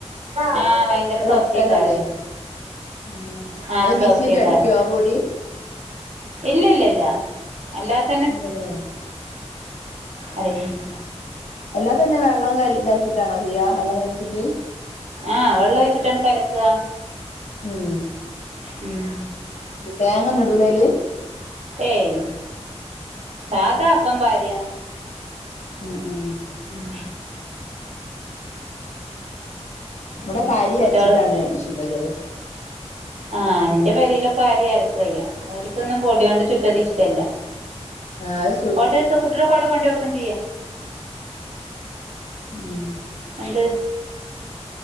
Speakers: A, on the right; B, on the left.
A: ആഹ ഭയങ്കര
B: ഒരു
A: സോഫ്റ്റയിക്കാരൻ
B: ഒട്ടലല്ലേ ഉം
A: ആഹ
B: അത്
A: സോഫ്റ്റ്യിക്കാരൻ
B: മിക്സിയിലിട്ട് അടിക്കുവോ ആ പൊടി
A: ഇല്ല ഇല്ല ഇല്ല അല്ലാത്ത
B: ഇല്ലേ
A: വലൈക്കും സലാം
B: എല്ലാ തന്നെ വെള്ളം ക ട്ടാണോ ചെയ്യുക വെള്ളം നനച്ചട്ട്
A: ആഹ് വെള്ളം ഒഴിച്ചിട്ടാണ് കലക്കുക
B: ഉം
A: ഉം
B: തേങ്ങന്ന ഇടൂല അല്
A: ഏയ് സാധാ
B: ഉം
A: അപ്പം ഭാര്യ
B: ഉം ഉം
A: ഉം
B: ഇവിടെ അരി
A: കുട്ടികള്
B: അയച്ചിട്ടാണ് ചൂടൽ
A: ആഹ് എന്റെ പരയിലൊക്കെ അ ര്യംരക്ക വയ്യ അവക്കൊന്നും പൊടിയണ്ട് ചുട്ടതി ഇഷിക്കല്ല
B: ആഹ്
A: കൊട എടുത്ത കുട്ടിയുടെ കൊട കൊണ്ട കൊടുത്തും ചെയ്യ
B: ഉം
A: എന്ത്